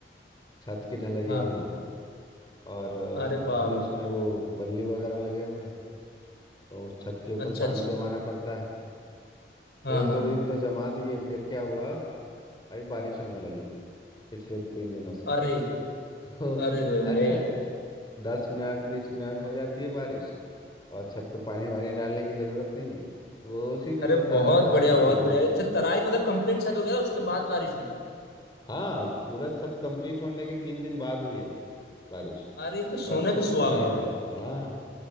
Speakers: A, on the left (about 25°); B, on the left (about 65°).
A: छत की ढलैया
B: हाँ
A: हुई है और अ,
B: अरे वाह
A: अभी
B: वाह
A: उसमें वो बल्ली वगैरह लगे हुए हैं तो छत के ऊपर
B: अच्छा
A: पानी
B: अच्छा
A: जमाना पड़ता है
B: हाँ
A: तो एक
B: हाँ
A: दो दिन तो जमा दिए फिर क्या हुआ अभी बारिश होने लगी पिछले तीन दिनों से <laughs>
B: अरे
A: तो
B: अरे रे रे
A: अच्छा
B: रे।
A: है दस मिनट बीस मिनट हो जाती है बारिश और छत पे पानी वानी डालने की जरूरत नहीं है वो उसी में
B: अरे
A: होता
B: बहुत
A: रहता है
B: बढ़िया
A: उसका
B: बहुत
A: क्यूरिंग
B: बढ़िया अच्छा तराई मतलब कंप्लीट छत हो गया उसके बाद बारिश हुई
A: हाँ पूरा छत कंप्लीट होने के तीन दिन बाद हुई है बारिश
B: अरे ये तो सोने
A: तो अच्छे
B: पे
A: से
B: सुहागा
A: तराई हो
B: हो गया
A: रही है
B: भाई
A: हाँ हाँ